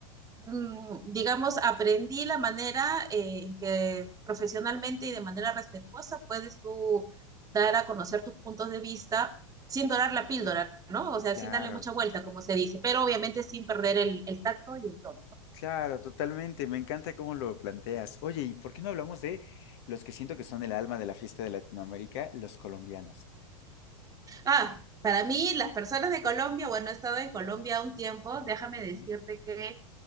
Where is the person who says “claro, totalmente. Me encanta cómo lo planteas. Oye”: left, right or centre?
Left